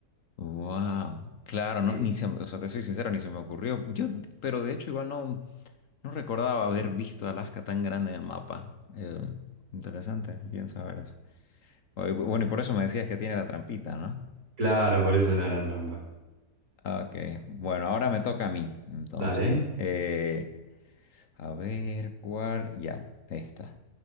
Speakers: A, on the left; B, on the right.
A: Wow. Claro,
B: Sí.
A: no, ni se- o sea, te soy sincero, ni se me ocurrió. Yo, pero de hecho, igual no. No recordaba haber visto Alaska tan grande en el mapa. Eh, interesante, bien saber eso. Oh, y bu- Bueno, y por eso me decías que tiene la trampita, ¿no?
B: Claro, por eso era la trampa.
A: Ah, Ok, bueno, ahora me toca a mí, entonces.
B: Dale.
A: Eh, a ver cuál... Ya, esta.